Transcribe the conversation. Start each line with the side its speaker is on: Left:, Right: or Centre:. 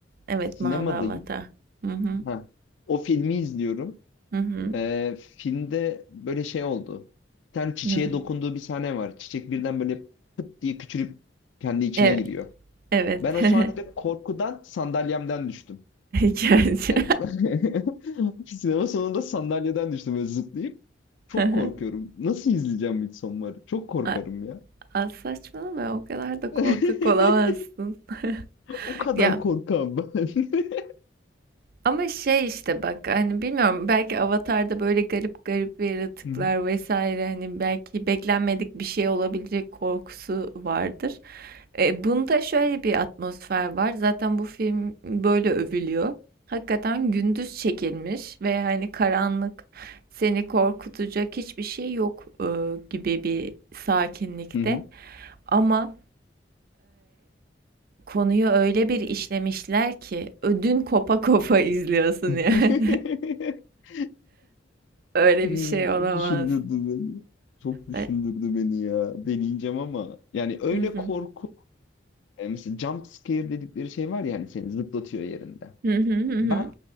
Right: Evet
Left: Sinemadayım.
Right: Mavi Avatar. Hı hı.
Left: Ha. O filmi izliyorum.
Right: Hı hı.
Left: E, filmde böyle şey oldu. Bir tane çiçeğe
Right: No.
Left: dokunduğu bir sahne var. Çiçek birden böyle pıt diye küçülüp kendi içine
Right: Evet.
Left: giriyor.
Right: Evet.
Left: Ben o
Right: <laughs>
Left: sahnede korkudan sandalyemden düştüm.
Right: Gerçi.
Left: Yani <laughs> sinema sonunda sandalyeden düştüm böyle zıplayıp. Çok
Right: <laughs>
Left: korkuyorum. Nasıl izleyeceğim Midsommar'ı? Çok korkarım
Right: A-
Left: ya.
Right: a- saçmalama o kadar da
Left: <laughs>
Right: korkak olamazsın. <laughs>
Left: O kadar
Right: Ya
Left: korkam ben. <laughs>
Right: Ama şey işte bak hani bilmiyorum belki Avatar'da böyle garip garip yaratıklar
Left: Hı hı.
Right: vesaire hani belki beklenmedik bir şey olabilecek korkusu vardır. E, bunda şöyle bir atmosfer var. Zaten bu film böyle övülüyor. Hakikaten gündüz çekilmiş ve hani karanlık seni korkutacak hiçbir şey yok e, gibi bir sakinlikte.
Left: Hı hı.
Right: Ama Konuyu öyle bir işlemişler ki ödün kopa kopa izliyorsun
Left: <laughs>
Right: yani. <laughs> Öyle
Left: Hmm,
Right: bir şey
Left: Çok
Right: olamaz.
Left: düşündürdü beni. Çok düşündürdü
Right: Ben...
Left: beni ya. Deneyeceğim ama. Yani öyle
Right: Hı hı.
Left: korku. e, Mesela jump scare dedikleri şey var ya hani seni zıplatıyor yerinde.
Right: Hı hı hı hı.
Left: Ben